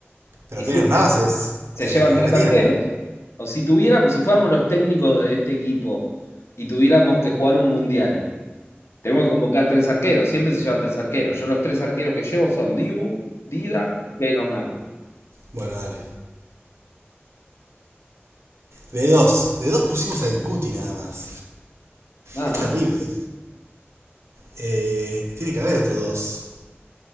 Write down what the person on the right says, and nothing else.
Pero
Keylor
Navas es,
es
de América
Latina.
Bueno, dale. De dos. De dos pusimos al Cuti nada más.
Es
terrible. Eh, tiene que haber otro dos.